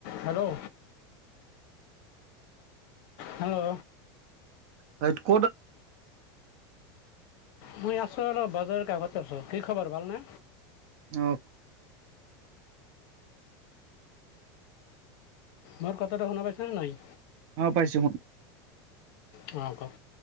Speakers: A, on the left; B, on the right.
A: Hello. Hello.
B: হয় ক'ত
A: মই মই আছো বাজাৰতে আগতে কি খবৰ ভালনে?
B: অ',
A: মোৰ কথাটো শুনা পাইছনে নাই?
B: অ', পাইছো
A: অ', কওক।